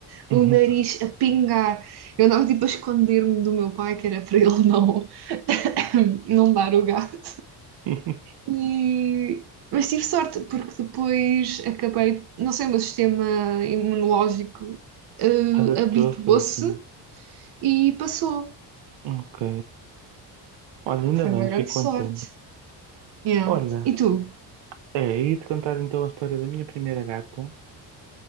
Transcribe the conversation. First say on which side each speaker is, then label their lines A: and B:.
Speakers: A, on the right; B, on the right.
A: o
B: Uhum.
A: nariz a pingar. Eu andava tipo a esconder-me do meu pai, que era para ele não, <laughs> não dar o gato.
B: <laughs>
A: E... Mas tive sorte, porque depois acabei, não sei, o meu sistema imunológico eh,
B: Adaptou-se
A: habituou-se
B: assim.
A: e passou.
B: Ok. Olha, ainda
A: Foi
B: bem,
A: uma grande
B: fico
A: sorte.
B: contente.
A: Yeah.
B: Olha,
A: E tu?
B: é, ia-te contar então a história da minha primeira gata,